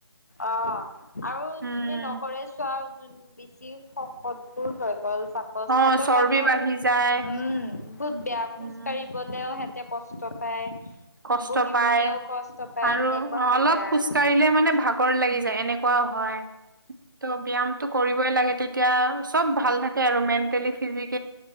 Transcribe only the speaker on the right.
উম
অ চৰ্বি
বাঢ়ি
যায়
উম
কষ্ট
পাই
আৰু
অলপ
খোজকাঢ়িলে
মানে ভাগৰ লাগি য যে এনেকুৱাও হয় ত' টো কৰিবই লাগে তেতিয়া চব ভাল থাকে আৰু মেণ্টেলি ফিজিক